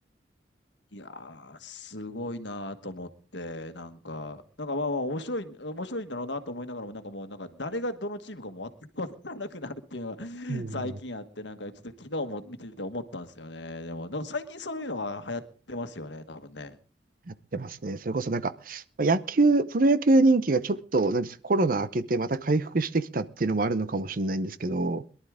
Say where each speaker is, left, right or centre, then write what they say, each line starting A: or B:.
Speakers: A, on the left (about 85°); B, on the right (about 50°).
A: いやー、すごいなーと思って、なんか、なんかまあまあ面白い、面白いんだろうなと思いながらも、なんかもう、なんか誰がどのチームかも全 <laughs> わからなくなるっていうのが <laughs>
B: うん。
A: 最近あって、なんかちょっと昨日も見てて思ったんですよね。でも、でも最近そういうのが流行ってますよね、多分ね。
B: やってますね。それこそなんか、まあ野球、プロ野球人気がちょっと、なんですか、コロナ明けてまた回復してきたっていうのもあるのかもしれないんですけど、